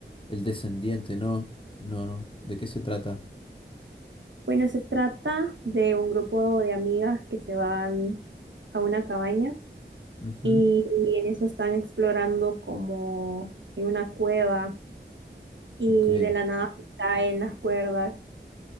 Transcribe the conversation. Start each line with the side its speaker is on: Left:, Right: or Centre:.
Left: El descendiente, no, no, no. ¿De qué se trata?
Right: Bueno, se trata de un grupo de amigas que se van a una cabaña
Left: Ujú,
Right: y, y en eso están explorando como en una cueva y
Left: ok,
Right: de la nada se caen las cuerdas